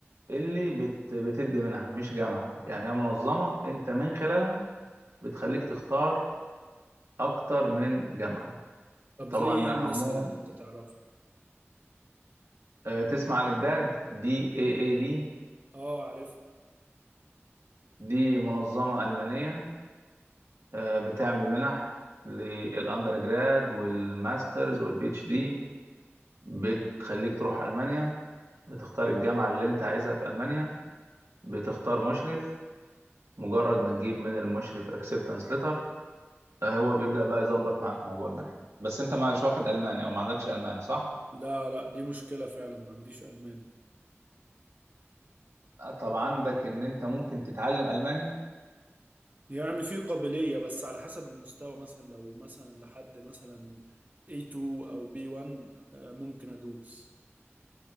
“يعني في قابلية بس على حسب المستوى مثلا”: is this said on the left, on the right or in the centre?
Right